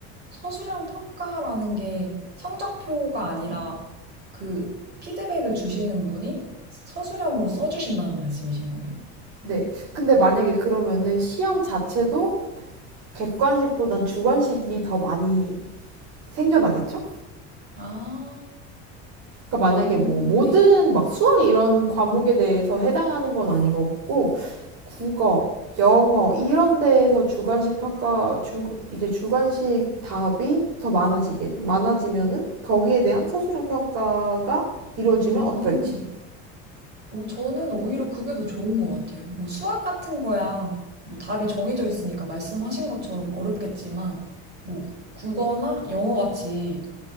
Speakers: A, on the right; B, on the right.
A: 서술형 평가라는 게 성적표가 아니라 그 피드백을 주시는 분이 서술형으로 써주신다는 말씀이신 거예요.
B: 네. 근데 만약에 그러면은 시험 자체도 객관식보단 주관식이 더 많이 생겨나겠죠?
A: 아,
B: 그러니까 만약에
A: 음,
B: 뭐 모든
A: 네.
B: 막 수학 이런 과목에 대해서 해당하는 건 아닌 것 같고 국어, 영어 이런 데에서 주관식 평가 주 이제 주관식 답이 더 많아지게 많아지면은 거기에 대한 서술형 평가가 이루어지면
A: 음.
B: 어떨지.
A: 오, 저는 오히려 그게 더 좋은 것 같아요. 뭐 수학 같은 거야, 뭐 답이 정해져 있으니까 말씀하신 것처럼 어렵겠지만, 뭐 국어나 영어 같이